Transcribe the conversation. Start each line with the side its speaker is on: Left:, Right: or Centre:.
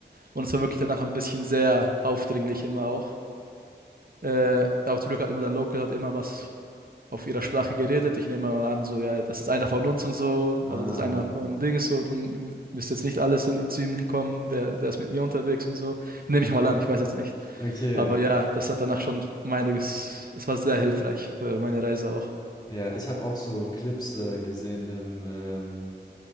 Right: Und es war wirklich danach ein bisschen sehr aufdringlich immer auch. Äh, aber zum Glück hat immer der Local hat immer was auf ihrer Sprache geredet. Ich nehme mal an, so, ja, das ist einer von uns und so,
Left: Ah,
Right: also das ist einer von Dings, so, du müsst jetzt nicht alles in zu ihm hinkommen, der, der ist mit mir unterwegs und so. Nehme ich mal an, ich weiß jetzt nicht.
Left: okay.
Right: Aber ja, das hat danach schon um einiges, es war sehr hilfreich für meine Reise auch.
Left: Ja, ich habe auch so Clips äh, gesehen im, ähm,